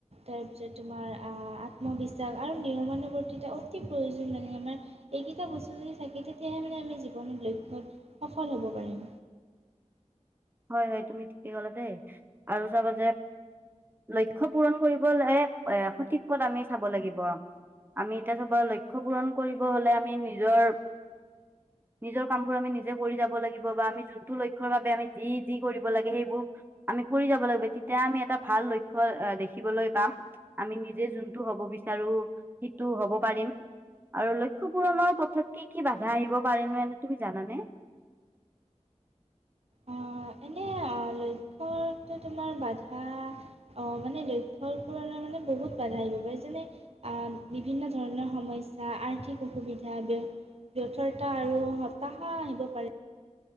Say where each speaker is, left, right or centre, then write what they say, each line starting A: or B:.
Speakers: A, on the right; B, on the right.
A: তাৰপিছত তোমাৰ আহ আত্মবিশ্বাস আৰু নিয়মানুৱৰ্তিতা অতি প্ৰয়োজন মানে আমাৰ এইকেইটা বস্তু যদি থাকে তেতিয়াহে মানে আমি জীৱনত লক্ষ্যত সফল হ'ব পাৰিম
B: হয় হয় তুমি ঠিকেই কলা দেই আৰু চাবা যে লক্ষ্য পূৰণ কৰিবলে সঠিক পথ আমি চাব লাগিব আমি এতিয়া চবৰ লক্ষ্য পূৰণ কৰিব হলে আমি নিজৰ নিজৰ কামবোৰ আমি নিজে কৰি যাব লাগিব বা আমি যোনটো লক্ষ্যৰ বাবে আমি যি - যি কৰিব লাগে সেইবোৰ আমি কৰি যাব লাগিব তেতিয়া আমি এটা ভাল লক্ষ্য এ দেখিবলৈ পাম। আমি নিজে যোনটো হ'ব বিচাৰো সেইটো হব পাৰিম। আৰু লক্ষ্য পূৰণৰ পথত কি কি বাধা আহিব পাৰে এনে তুমি জানানে <inaudible>
A: আহ, এনে
B: <inaudible>
A: আহ, লক্ষ্যটো তোমাৰ বাধা অ মানে লক্ষ্যপূৰণৰ মানে বহুত বাধা যেনে বিভিন্ন ধৰণৰ সমস্যা আৰ্থিক অসুবিধা ব্যথতা আৰু হতাশা আহিব পাৰে